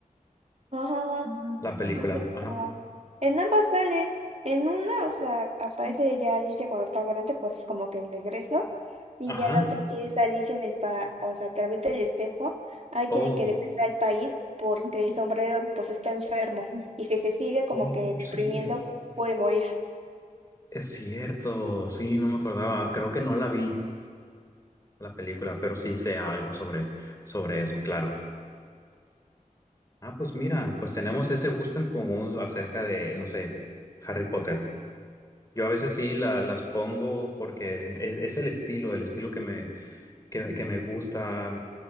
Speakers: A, on the right (about 50°); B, on the left (about 20°).
A: Ajá.
B: La película,
A: Pues en,
B: ajá.
A: la- en ambas sale. En una, o sea, aparece ya Alicia cuando está grande, pues es como que el regreso. Y
B: Ajá.
A: ya la otra que es Alicia en el pa, o sea, a través del espejo, ahí
B: Oh,
A: tiene que regresar al país porque el sombrero pues está enfermo. Y si se sigue como
B: oh,
A: que deprimiendo,
B: sí,
A: puede morir.
B: es cierto. Sí, no me acordaba. Creo que no la vi la película, pero sí sé algo sobre, sobre eso, claro. Ah, pues mira, pues tenemos ese gusto en común acerca de, no sé, Harry Potter. Yo a veces sí la- las pongo porque es, es el estilo, el estilo que me, que, que me gusta.